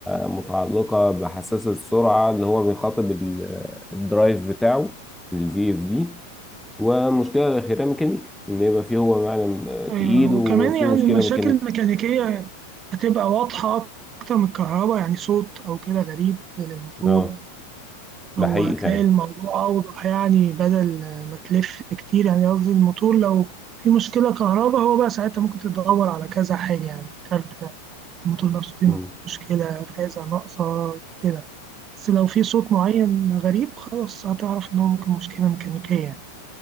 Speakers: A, in the centre; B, on the right.
A: متعلقة بحساس السرعة اللي هو بيخاطب ال- الدرايف بتاعه الفي اف دي ومشكلة الأخيرة ميكانيكا إن يبقى فيه هو معلم آه، تقيل
B: آه، وكمان
A: وفيه
B: يعني
A: مشكلة
B: المشاكل
A: ميكانيكا
B: الميكانيكية هتبقى واضحة أكتر من الكهرباء يعني صوت أو كده غريب للموتور
A: اه ده
B: أو
A: حقيقي
B: هتلاقي
A: فعلا
B: الموضوع أوضح يعني بدل ما تلف كتير يعني قصدي الموتور لو في مشكلة كهرباء هو بقى ساعتها ممكن تدور على كذا حاجة يعني كارتة الموتور نفسه فيه
A: مم.
B: مشكلة فازة ناقصة كده بس لو في صوت معين غريب خلاص هتعرف إن هو ممكن مشكلة ميكانيكية يعني